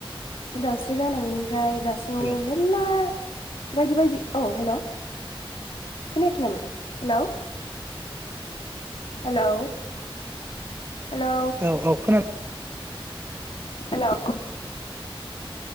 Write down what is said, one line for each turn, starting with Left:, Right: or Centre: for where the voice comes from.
Left: उदांस्रि जानायनिफ्राय दासिमाव
Right: हेलौ
Left: मेल्ला बायदि बायदि औ हेल' खोनायाखै नामा? हेलौ? हेलौ हेलौ
Right: औ औ खोना
Left: हेलौ